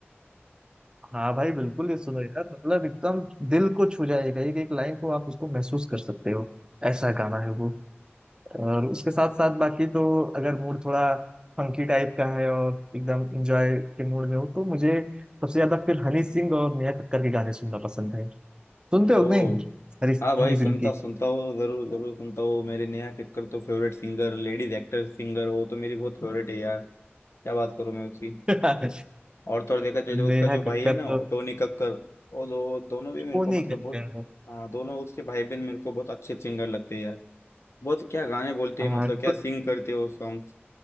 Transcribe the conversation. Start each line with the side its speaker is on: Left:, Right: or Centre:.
Right: हाँ भाई बिल्कुल ये सुनो यार मतलब एकदम दिल को छू जाएगा एक एक लाइन को आप उसको महसूस कर सकते हो ऐसा गाना है वो और उसके साथ साथ बाकी तो अगर मूड थोड़ा फंकी टाइप का है और एकदम इंजॉय के मूड में हो तो मुझे सबसे ज्यादा फिर हनी सिंह और नेहा कक्कड़ के गाने सुनना पसंद है सुनते हो
Left: ओ
Right: कि नहीं हरी
Left: हाँ भाई
Right: हनी सिंह
Left: सुनता
Right: के
Left: सुनता हूँ जरूर जरूर सुनता हूँ मेरे नेहा कक्कड़ तो favourite singer ladies actor singer वो तो मेरी बहुत फेवरेट है यार क्या बात करूँ मैं उसकी
Right: <laughs>
Left: और तो और देखा जाए तो
Right: नेहा
Left: उसका जो भाई
Right: कक्कड़
Left: है ना
Right: तो
Left: टोनी कक्कर वो दो, दोनों भी
Right: टोनी
Left: मेरे को मतलब
Right: कक्कड़
Left: बहुत हाँ दोनों उसके भाई बहन मेरे को बहुत अच्छे सिंगर लगते हैं यार बहुत क्या गाने बोलते
Right: आ,
Left: हैं मतलब क्या
Right: टो-
Left: सिंग करते हो सॉन्ग